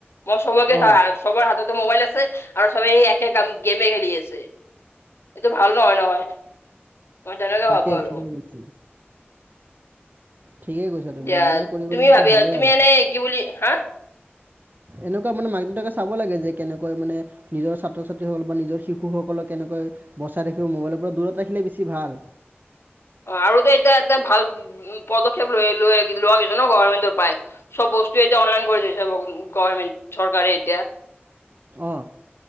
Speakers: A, on the left (about 75°); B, on the right (about 45°).
A: মই চবকে চাওঁ
B: অ
A: চবৰ হাততে মোবাইল আছে। আৰু চবেই একে কাম গেমে খেলি আছে এইটো ভাল নহয় নহয়। মই তেনেকে
B: তাকেই
A: ভাবোঁ আৰু।
B: ঠিকেই কৈছা ঠিকেই কৈছা তুমি
A: দিয়া
B: এনেকা কৰিব
A: তুমি
B: লাগে
A: ভাবি
B: ভালেই
A: তুমি
B: আৰু
A: এনেই কি বুলি, হা?
B: এনেকুৱা মানে মাক দেউতাকে চাব লাগে যে কেনেকৈ মানে নিজৰ ছাত্ৰ ছাত্ৰীসকল বা নিজৰ শিশুসকলক কেনেকৈ <unintelligible> বচাই ৰাখিব মোবাইলৰ পৰা দূৰত ৰাখিলে বেছি ভাল।
A: <inaudible> অ', আৰুতো এতে-এতিয়া এটা ভাল পদক্ষেপ লৈ লৈ লোৱা গৈছে ন' গভামেণ্টৰ পাই চব বস্তু এতিয়া অনলাইন কৰি দিছে বহুত গভৰ্ণমেণ্ট চৰকাৰে এতিয়া
B: অঁ